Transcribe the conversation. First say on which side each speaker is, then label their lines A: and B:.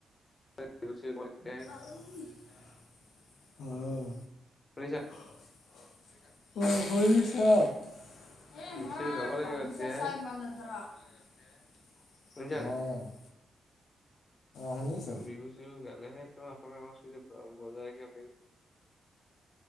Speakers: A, on the left; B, on the left.
A: <unintelligible>
B: <unintelligible> অ'!
A: শুনিছা?
B: <unintelligible> <unintelligible>
A: বিহু চিহু গাব লাগে আৰু তেতিয়াহে শুনিছা
B: অ'!
A: নাই
B: শুনিছ
A: বিহু-চিহু গালেহে, তোৰ অসমীয়া সংস্কৃতি বজাই ৰাখিব পাৰি।